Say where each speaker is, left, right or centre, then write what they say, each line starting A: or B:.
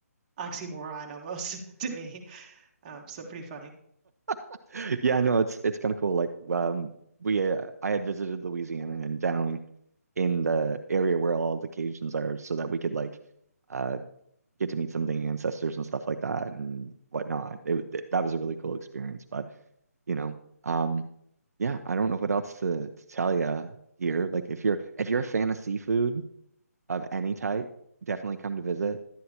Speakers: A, on the right; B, on the right.
A: oxymoron almost <laughs> to me. Um, so pretty funny.
B: <laughs> yeah, no, it's it's kind of cool. Like, um, we uh, I had visited Louisiana and down in the area where all the Cajuns are, so that we could like uh get to meet some of the ancestors and stuff like that and whatnot. It, that was a really cool experience, but. you know. Um, yeah, I don't know what else to, to tell you here. Like if you're if you're a fan of seafood of any type, definitely come to visit.